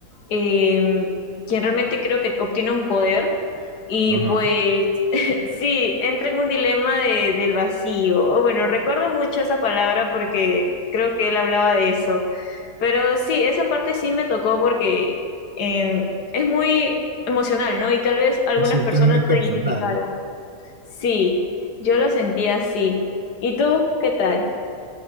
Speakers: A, on the left; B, on the right.
A: eh, quien realmente creo que obtiene un poder y
B: Ajá.
A: pues <laughs> sí, entra en un dilema de, del vacío. O Bueno, recuerdo mucho esa palabra porque creo que él hablaba de eso, pero sí, esa parte sí me tocó porque eh, es muy emocional, ¿no? Y tal vez algunas
B: Me siento
A: personas
B: muy
A: se
B: personal.
A: identificaron. Sí, yo lo sentía así. ¿Y tú qué tal?